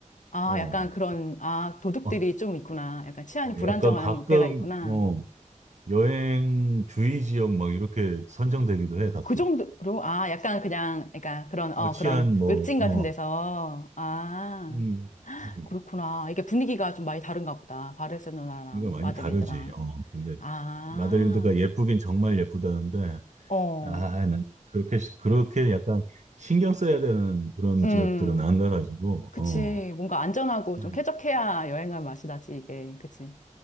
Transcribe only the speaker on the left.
아,
약간 그런, 아, 도둑들이
좀 있구나. 약간 치안이
불안정한
데가 있구나.
그 정도로, 아, 약간 그냥, 그러니까 그런, 어,
그런
웹진 같은
데서, 아,
그렇구나. 이게 분위기가 좀 많이 다른가 보다. 바르셀로나랑
마드리드랑.
아.
어,
음,
그치.
뭔가 안전하고
좀 쾌적해야 여행할 맛이 나지, 이게. 그치.